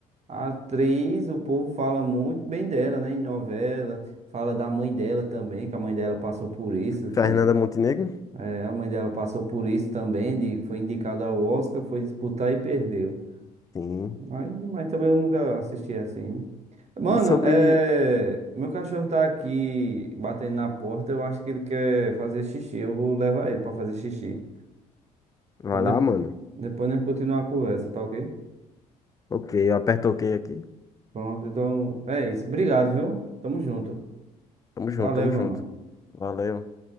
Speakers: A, on the right; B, on the left.
A: a atriz, o povo fala muito bem dela, né? Em novela, fala da mãe dela também, que a mãe dela passou por isso,
B: Fernanda
A: que
B: Montenegro?
A: é, a mãe dela passou por isso também, de, foi indicada ao Oscar, foi disputar e perdeu.
B: Sim.
A: Mas, mas também eu nunca assisti assim, né? Mano,
B: E sobre,
A: é, meu cachorro tá aqui batendo na porta, eu acho que ele quer fazer xixi, eu vou levar ele pra fazer xixi.
B: vai
A: Então
B: lá,
A: de-
B: mano.
A: depois nós continuamos a conversa, tá ok?
B: Ok, eu aperto ok aqui.
A: Pronto, então é isso. Obrigado, viu? Tamo junto.
B: Tamo junto,
A: Valeu,
B: tamo
A: meu
B: junto.
A: mano.
B: Valeu.